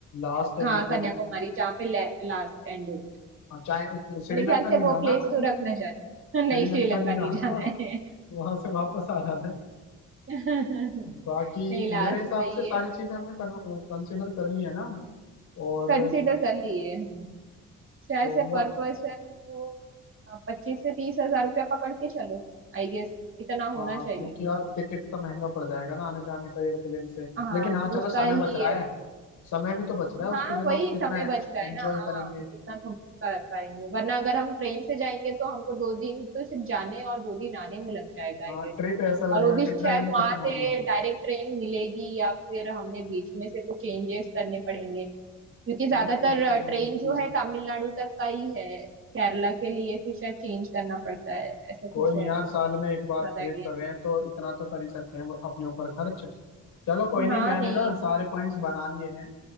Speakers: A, on the left (about 75°); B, on the right (about 45°).
A: लास्ट है
B: हाँ,
A: बिल्कुल
B: कन्याकुमारी जहाँ पे लास्ट एंड होता है
A: हाँ, चाहे श्रीलंका
B: मेरे ख्याल
A: नहीं
B: से
A: जाना
B: वो प्लेस तो
A: <laughs>
B: रख ना जाना <laughs>
A: श्रीलंका
B: नहीं श्रीलंका
A: नहीं जाना
B: नहीं जाना है
A: वहां से वापस आ जाना है
B: <laughs>
A: बाकी
B: नहीं लास्ट
A: मेरे हिसाब
B: वही
A: से सारी
B: है
A: चीजें हमने कंसिडर कर ली है ना और
B: कंसिडर कर लिए हम। शायद
A: तो
B: से
A: मो
B: पर पर्सन पच्चीस से तीस हजार रुपया पकड़ के चलो आई गेस इतना
A: हाँ
B: होना चाहिए
A: क्योंकि यार टिकट का महंगा पड़ जाएगा ना आने जाने का एरोप्लेन से
B: हाँ
A: लेकिन हाँ चलो
B: उसका
A: समय
B: ही
A: बच रहा है समय भी तो बच रहा है उसकी
B: हाँ
A: जगह
B: वही
A: हम कितना
B: समय बच रहा है
A: एंजॉय
B: ना हाँ
A: करेंगे
B: कितना हम कर पाएंगे वरना अगर हम ट्रेन से जाएंगे तो हमको दो दिन तो सिर्फ जाने और दो दिन आने में लग जाएगा आई
A: हाँ
B: गेस
A: ट्रिप ऐसा लगेगा
B: और वो भी
A: कि
B: शायद
A: ट्रेन भी
B: वहां
A: खत्म हो
B: से
A: गई
B: डायरेक्ट ट्रेन मिलेगी या फिर हमें बीच में से कुछ चेंजेस करने पड़ेंगे क्योंकि ज्यादातर
A: नहीं नहीं
B: अ,
A: वो
B: ट्रेन
A: सब
B: जो
A: चीज
B: है तमिलनाडु तक का ही है केरला के लिए फिर शायद चेंज करना पड़ता है ऐसा कुछ
A: कोई नहीं
B: है
A: यार साल में एक
B: ज्यादा
A: बार ट्रिप
B: आइडिया
A: कर रहे हैं तो इतना तो कर ही सकते हैं अपने ऊपर खर्च चलो कोई
B: नहीं।
A: नहीं
B: हाँ
A: मैंने
B: नहीं
A: ना सारे पॉइंट्स बना लिए हैं